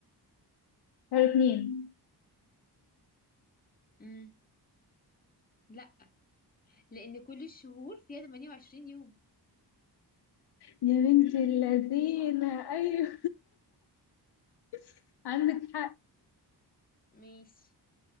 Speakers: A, on the left; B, on the left.
A: شهر اتنين
B: مم. لا لان كل الشهور فيها 28 يوم
A: يا بنت اللذينة ايوه <laughs> عندك حق
B: ماشي